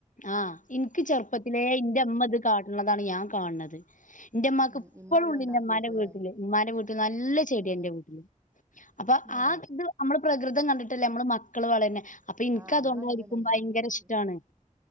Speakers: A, on the left; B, on the right.
A: ആഹ് ഇൻക്ക് ചെർപ്പത്തിലെ ഇന്റെമ്മത് കാട്ട്ണതാണ് ഞാൻ കാണത് ഇന്റെമ്മാക്ക്
B: ഉം
A: ഇപ്പളൂണ്ട്
B: ഇമ്മല്ലാം ഉണ്ടാക്കിയേക്കൂല്ലേ
A: ഇന്റെമ്മാന്റെ വീട്ട്ല് ഇമ്മാന്റെ വീട്ടില് നല്ല ചെടിയാ
B: ഏ
A: ന്റെ വീട്ടിലും അപ്പം
B: ഏ
A: ആഹ് ഇത് ഞമ്മള് പ്രകൃതം കണ്ടിട്ടല്ല ഞമ്മള് മക്കള് വളര്നെ അപ്പ ഇൻക്കതോണ്ടായിരിക്കും
B: ആ നമ്മളങ്ങനെ തന്നെ ഉമ്മാന്റ
A: ഭയങ്കര
B: കണ്ടിട്ട്
A: ഇഷ്ട്ടാണ്